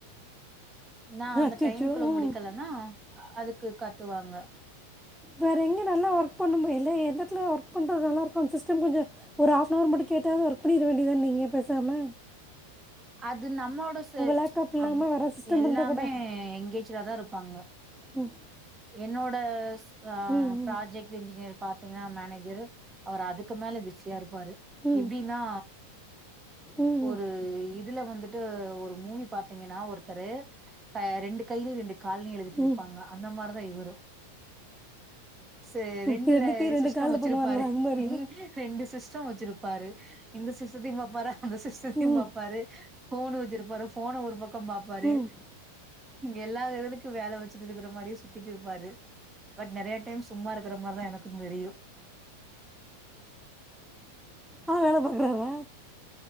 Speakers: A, on the right (about 15°); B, in the centre.
A: நா அந்த
B: அச்சோ
A: டைம்குள்ள
B: ம்
A: முடிக்கலன்னா அதுக்கு கத்துவாங்க
B: வேற எங்க நல்லா ஒர்க் பண்ணுப எல்லா எந்தத்தில ஒர்க் பண்ணுறது நல்லாருக்கோ அந்த சிஸ்டம் கொஞ்சோ ஒரு ஆப்னவர் மட்டு கேட்டாவது ஒர்க் பண்ணிட வேண்டியதான நீங்க பேசாம
A: அது நம்மளோட ச
B: லேப்டாப் இல்லாமல்
A: அப்
B: வேறு சிஸ்டம்
A: எல்லா
B: இருந்தால் கூட
A: மே எங்கேச்சிடாதா இருப்பாங்க
B: ம்
A: என்னோட ஆ
B: ம்
A: ப்ராஜெக்ட் இன்ஜினியர் பாத் த்தீங்னா மேனேஜரு அவரு அதுக்கு மேல பிஸியா இருப்பாரு
B: ம்
A: எப்டின்னா
B: ம்
A: ஒரு
B: ம்
A: இதுல வந்துட்டு ஒரு மூவி பாத்தீங்கன்னா ஒருத்தரு க ரெண்டு கையிலு ரெண்டு கால்லயு எழுதிட்டு இருப்பாங்க
B: ம்
A: அந்த மாரிதா இவுரு சே
B: ம்
A: ரெண்டுல
B: ரெண்டுக்கே ரெண்டு
A: சிஸ்டம்
B: காலில்
A: வச்சிருப்பாரு
B: பண்ணுவாங்களா அது மாதிரி
A: ம் ரெண்டு சிஸ்டோ வச்சிருப்பாரு இந்த சிஸ்டத்தையு பாப்பாரா சிஸ்டத்தயு
B: ம்
A: பாப்பாரு ஃபோனு வச்சிருப்பாரு ஃபோன ஒரு பக்கோ பாப்பாரு
B: ம்
A: இங்க எல்லா இதுக்கு வேல வச்சுட்டு இருக்கிற மாரியே சுத்திட்டு இருப்பாரு பட் நெறைய டைம் சும்மா இரு க்கற மாரிதா எனக்கு தெரியு
B: ஆனா வேல பாக்றாரா